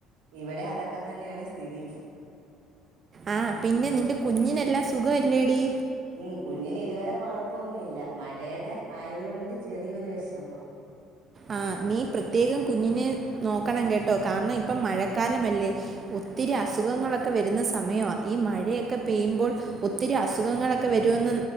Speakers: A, on the right (about 70°); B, on the right (about 35°).
A: ഇവടെ അതൊക്കെ തന്നെയാണ് സ്ഥിതി
B: ആഹ് പിന്നെ നിന്റെ കുഞ്ഞിനെല്ലാം സുഖവല്ലേടീ?
A: ഉം കുഞ്ഞിനിതുവരെ കൊഴപ്പൊന്നു ഇല്ല മഴേടെ ആയതുകൊണ്ട് ചെറിയൊരു വെഷമം
B: ആഹ് നീ പ്രത്യേകം കുഞ്ഞിനെ നോക്കണം കേട്ടോ കാരണം ഇപ്പം മഴക്കാലമല്ലേ ഒത്തിരി അസുഖങ്ങളൊക്കെ വരുന്ന സമയവാ ഈ മഴയെക്കെ പെയ്യുമ്പോൾ ഒത്തിരി അസുഖങ്ങളക്കെ വരുമെന്ന്